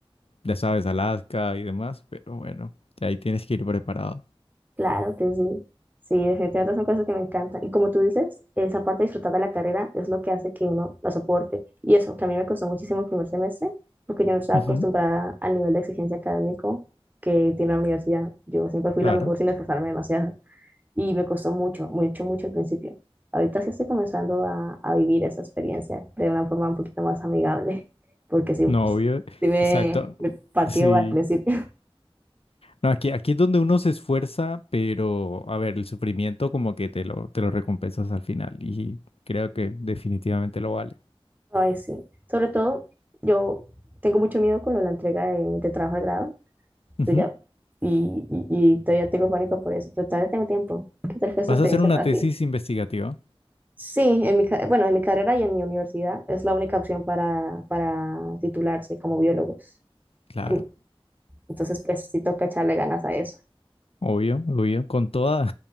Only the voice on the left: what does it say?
ya sabes, Alaska y demás, pero bueno, ahí tienes que ir preparado.
Ujú,
claro,
no, obvio,
exacto.
sí.
No, aquí, aquí es donde uno se esfuerza, pero a ver, el sufrimiento como que te lo, te lo recompensas al final y creo que definitivamente lo vale.
Ujú.
¿Vas
a hacer una
tesis
investigativa?
Claro,
obvio, obvio, con toda.